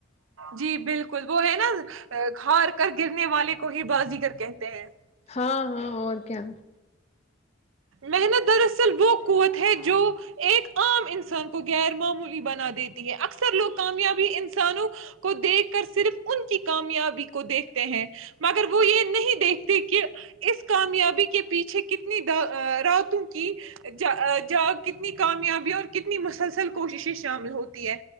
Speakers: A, on the right (about 80°); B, on the left (about 35°).
A: جی بالکل وہ ہے نا ہار کر گرنے والے کو ہی بازی کر کہتے ہیں
B: ہاں ہاں اور کیا
A: محنت دراصل وہ قوت ہے جو ایک عام انسان کو غیر معمولی بنا د دیتی ہے اکثر لوگ کامیابی انسانوں کو کو دیکھ کر س صرف ان کی کامیابی کو دیکھتے ہیں مگر وہ یہ نہیں دیکھتے کہ اس کامیابی کے پیچھے کتنی راتوں کی ج جاگ کتنی کامیابی اور کتنی مسلسل کوششیں شامل ہوتی ہے